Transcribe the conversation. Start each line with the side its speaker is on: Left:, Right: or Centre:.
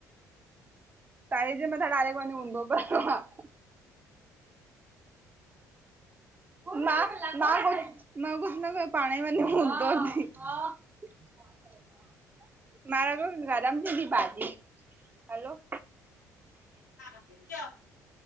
Right: तएं, जे मथां डायरेक्ट वञी हूंदो त मां, मां मां कुझ न कयो, पाणी वञी हुंदो ती। हा, हा मर, गरम थींदीं भाॼी, हलो
Left: हा भेण, चओ।